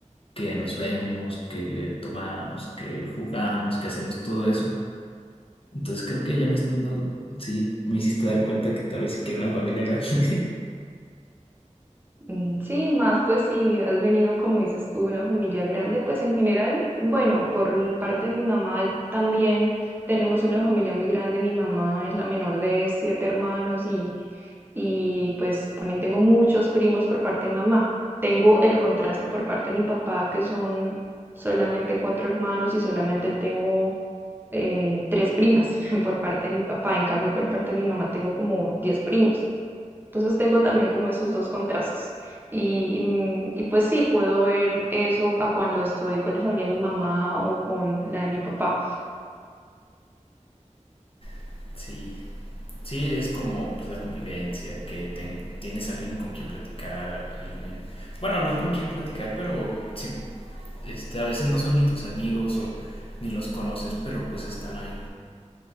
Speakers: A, on the left (about 45°); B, on the right (about 15°).
A: que nos vemos, que tomamos, que jugamos, que hacemos todo eso. Entonces creo que ya me están dando, sí, me hiciste dar cuenta que tal vez si quiero una familia grande.
B: Mm, Sí, más pues si has venido, como dices tú, de una familia grande, pues en general, bueno, por el parte de mi mamá también tenemos una familia muy grande. Mi mamá es la menor de siete hermanos y y pues también tengo muchos primos por parte de mamá. Tengo el contraste por parte de mi papá, que son solamente cuatro hermanos y solamente tengo eh, tres primas <laughs> por parte de mi papá. En cambio, por parte de mi mamá tengo como diez primos. Entonces tengo también como esos dos contrastes. Y, y- mm, y, pues sí, puedo ver eso a cuando estoy con la familia de mi mamá o con la de mi papá.
A: <laughs> Sí, Sí, es como pues, la convivencia, que ten- tienes alguien con quien platicar, a- alguien... Bueno, no con quien platicar, pero sí, este, a veces no son ni tus amigos o ni los conoces, pero pues están ahí.